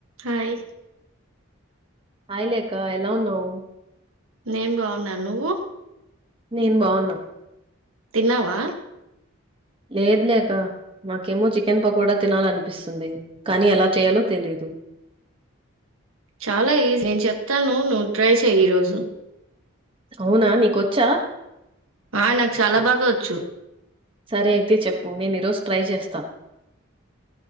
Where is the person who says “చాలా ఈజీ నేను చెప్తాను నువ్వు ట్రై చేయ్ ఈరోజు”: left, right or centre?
Right